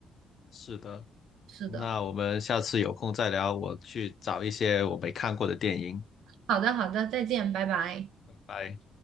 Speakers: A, on the left; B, on the right.
A: 是的，
B: 是的，
A: 那我们下次有空再聊，我去找一些我没看过的电影，
B: 好的好的，再见，拜拜。
A: 拜拜。